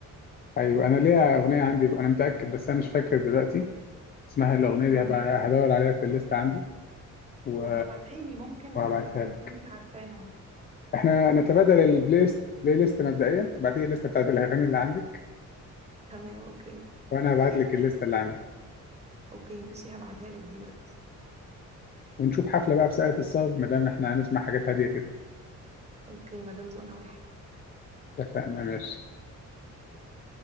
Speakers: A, on the left (about 35°); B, on the right (about 20°).
A: ايوه انا ليها اغنيه عندي انا متاكد بس انا مش فاكر دلوقتي اسمها الاغنيه
B: امم
A: دي هبقى هدور عليها في الليست عندي و...
B: وابقى ابعتها لي ممكن
A: وهبعتها
B: ما ك- ما
A: لك
B: كنتش عارفاها
A: احنا نتبادل البلاي ليست بلاي ليست مبدئيا تبعتي لي الليسته بتاعت الاغاني اللي عندك
B: تمام اوكي
A: وانا هبعت لك الليسته اللي عندي
B: اوكي ماشي هبعتها لك دلوقتي
A: ونشوف حفله بقى بساعة الصاوي ما دام احنا هنسمع حاجات هاديه كده
B: اوكي مدام زقنا واحد
A: اتفقنا ماشي
B: اوكي